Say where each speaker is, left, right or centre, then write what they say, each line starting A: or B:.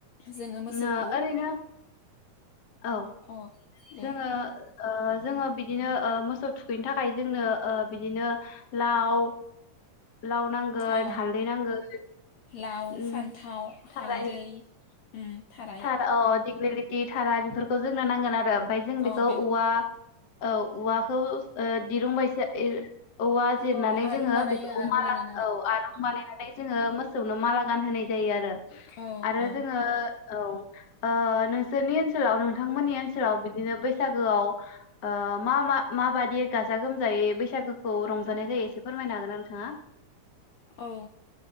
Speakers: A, on the left; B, on the left.
A: जोङो मोसौखौ
B: नो ओरैनो औ
A: अ दे
B: जोङो ओ जोङो बिदिनो ओ मोसौ थुखैनो थाखाय जोंनो ओ बिदिनो लाव लाव नांगोन
A: अ
B: हालदै नांगोन
A: लाव
B: उम
A: फान्थाव
B: थाराय
A: हालदै उम थाराय
B: थार अ दिग्लिलिटि थारा बेफोरखौ जोंनो नांगोन आरो ओमफाय जों बेखौ
A: अ बे
B: औवा औ औवा खौ ओ दिरुंबायसा औवा जिरनानै
A: अ आरुं
B: जोङो
A: बानायो
B: बेखौ
A: आरुं
B: माला
A: बानायनानै
B: औ आरुं बानायनानै जोङो मोसौनो माला गानहोनाय जायो आरो आरो
A: औ औ
B: जोङो औ अ नोंसोरनि ओनसोलाव नोंथांमोननि ओनसोलाव बिदिनो बैसागोआव ओ मा मा माबादि गाजा गोमजायै बैसागोखौ रंजानाय जायो एसे फोरमायनो हागोना नोंथाङा
A: औ